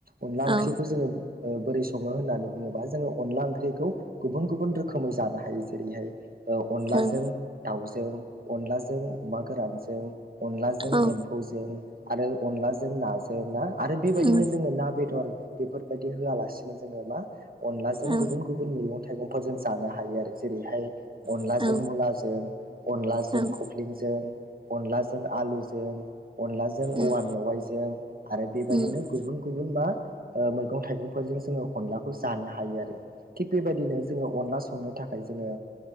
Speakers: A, on the right; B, on the right.
A: अनला ओंख्रिखौ
B: औ
A: जोङो बोरै सङो होननानै बुङोबा जोङो अनला ओंख्रिखौ गुबुन गुबुन रोखोमै जानो हायो जेरैहाय ओ अनलाजों
B: औ
A: दाउजों, अनलाजों अमा गोरानजों अनलाजों
B: औ
A: एमफौजों आरो अनलाजों नाजों ना। आरो बेबायदिनो
B: उम
A: जोङो ना बेदर बेफोरबायदि होयालासिनो जोङो मा अनलाजों
B: औ
A: गुबुन गुबुन मैगं थाइगंफोरजों जानो हायो आरो जेरैहाय अनलाजों
B: औ औ
A: मुलाजों अनलाजों
B: उम
A: खख्लिंजों अनलाजों आलुजों अनलाजों
B: उम
A: औवा मेवाइजों आरो बेबायदिनो
B: उम
A: गुबुन गुबुन मा ओ मैगं-थाइगंफोरजों जोङो अनलाखौ जानो हायो आरो थिग बेबायदिनो जोङो अनला संनो थाखाय जोङो